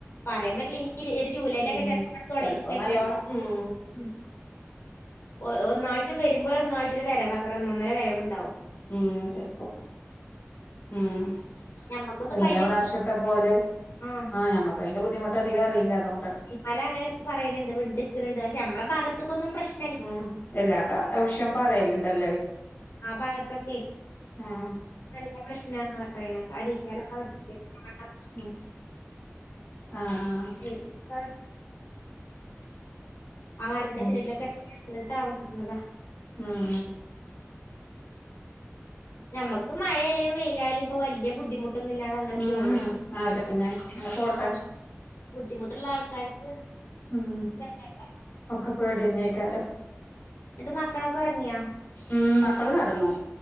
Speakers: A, on the left; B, on the left.
A: പറയാൻ പറ്റില്ല ഇനി ര് ഒര് ജൂലൈലെക്കെ
B: ഉം
A: ചെലപ്പാണ്ട് തൊടങ്ങി
B: ചെലപ്പോ
A: കഴിഞ്ഞാല്
B: നല്ലോണം ഉം
A: ഉം ഒഹ് ഒന്നായിട്ട് വരുമ്പൊയൊന്നായിട്ടൊരു വരവാക്കരം ഒന്നന്നര വരവ്ണ്ടാവും.
B: ഉം ചെൽപ്പൊ ഉം
A: ഞമ്മക്കൊന്നും
B: കയ്ഞ്ഞ
A: ഇപ്പൊ അതിന്റെ
B: പ്രാവ്ശത്തെ പോലെ
A: ആ
B: ആഹ് ഞമ്മ അയ്ന്റെ ബുദ്ധിമുട്ടധികറീല്ല അതോണ്ടാണ്.
A: മല അങ്ങനെ പറയ്ന്ണ്ട് വിണ്ട്ക്ക്ണ് ണ്ട് പക്ഷെ മ്മളെ ഭാഗത്ത്ക്കൊന്നും പ്രശ്
B: ഉം എല്ലാ പ്രാവിശ്യം പറയല്ണ്ടല്ലഹ്.
A: ആഹ് ഭാഗത്തൊക്കെ
B: ആഹ്
A: നല്ല പ്രശ്നാ ന്ന ണ ക്ക ആര് <unintelligible>
B: ഉം ആഹ് ആഹ്
A: <unintelligible> ആറിന്റെ
B: ഉം
A: സൈഡിലൊക്കെ <unintelligible> താമസിക്കുന്നതാ
B: ഉം
A: ഞമ്മക്ക് മഴായാലും വെയ്ലായാലും പ്പൊ വല്ല്യാ ബുദ്ധിമുട്ടൊന്നും ല്ലാതെ അങ്ങനെ
B: ഉം
A: പോണ്ണ്ട്
B: ഉം അതന്നെ അങ്ങനെ പോട്ടെ
A: ആ ബുദ്ധിമുട്ട്ള്ള ആൾക്കാർക്ക്
B: ഉം
A: <unintelligible>
B: ഒക്കെ പേടിന്നേക്കാരം
A: ന്ന്ട്ട് മക്കളൊക്കൊർങ്യോ
B: ഉം മക്കള് കെട്ന്നു